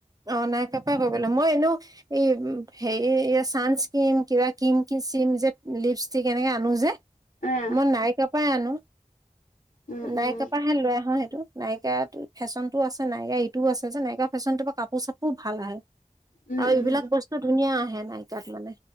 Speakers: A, on the right; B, on the left.
A: অ', নাইকাপা কৰিব লাগে, মই এনেওঁ এই হেৰি চানস্কিম কিবা কিম কি <unintelligible> যে লিপষ্টিক এনেকে আনো যে
B: অ',
A: মই নাইকা পাই আনো।
B: উম,
A: নাইকা
B: উম,
A: পাহে লৈ আহো সেই <unintelligible> নাইকা ফেশ্বনটো আছে, নাইকা এইটোও আছে যে, নাইকা ফেশ্বনটোৰ পৰা কাপোৰ চাপুৰো ভাল আহে।
B: উম,
A: আৰু এইবিলাক
B: উম,
A: বস্তু ধুনীয়া আহে নাইকাত মানে।